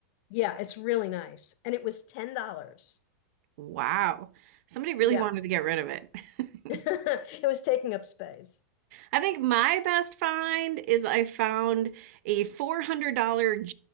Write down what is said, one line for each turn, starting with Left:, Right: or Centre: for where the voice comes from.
Left: yeah, it's really nice. And it was $10.
Right: Wow. Somebody really
Left: Yeah.
Right: wanted to get rid of it.
Left: <laughs> It
Right: <laughs>
Left: was taking up space.
Right: I think my best find is I found a $400